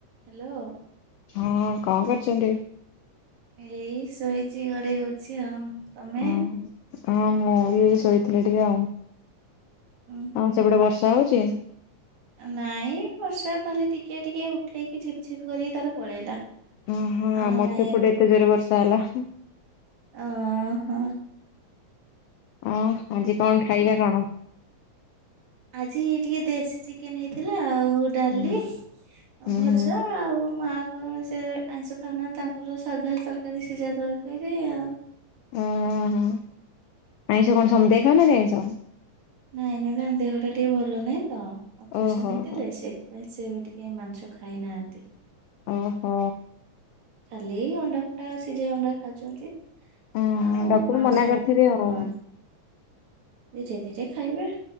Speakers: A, on the right; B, on the left.
A: Hello
B: ହଁ କଣ କରିଛନ୍ତି
A: ଏଇ ଶୋଇଛି ଗଡେଇ ହଉଛି ଆଉ ତମେ?
B: ଓୋ ହଁ ମୁଁ ବି ଶୋଇଥିଲି ଟିକେ ଆଉ
A: ଉଁ ହୁଁ
B: ହଁ ସେପଟେ ବର୍ଷା ହଉଛି
A: ନାଇଁ ବର୍ଷା ଖାଲି ଟିକେ ଟିକେ ଉଠେଇକି ଝିପ ଝିପ୍ କରିକି ତାର ପଳେଇଲା
B: ଓ ହୋ
A: ଆଉ
B: ଆମର
A: ନାହିଁ
B: ତ ଏ
A: ଏବେ
B: ପଟେ ଏତେ ଜୋର ବର୍ଷା ହେଲା ହଁ
A: ଓହୋ
B: ହ ଆଜି କଣ ଖାଇବା କଣ
A: ଆଜି ଟିକେ ଦେଶୀ ଚିକେନ ହେଇଥିଲା ଆଉ ଡାଲି
B: ହୁଁ ହୁଁ
A: ଭଜା
B: ହୁଁ
A: ଆଉ ମାଆଙ୍କର ସେ ଆଇଁଷ ଖାଉନାହାନ୍ତି ତାଙ୍କର ସାଧା ତରକାରୀ ସିଝା ଦରକାରୀ ଫେରିଆ।
B: ଓହୋ ଆଇଁଷ କଣ ସମତେ ଖାଉ ନାହାନ୍ତି ଆଇଁଷ।
A: ନାଇଁ ନାଇଁ ତାଙ୍କ ଦେହଟା ଟିକେ ଭଲ ନାଇଁ ତ ଅପରେସନ
B: ଓହୋ
A: ହେଇଥିଲେ
B: ହୋ
A: ସେଇଥି ପାଇଁ ସେ ଏବେ ଟିକେ ମାଂସ ଖାଇନାହାନ୍ତି।
B: ଓହୋ।
A: ଖାଲି ଏ ଅଣ୍ଡା ଫଣ୍ଡା ସିଝେଇ ଅଣ୍ଡା ଖାଉଛନ୍ତି।
B: ହଁ
A: ଆଉ
B: ଡକ୍ଟର
A: ମାଂସ
B: ମନା କରିଥିବେ ଆଉ।
A: ହଁ ଧୀରେ ଧୀରେ ଖାଇବେ।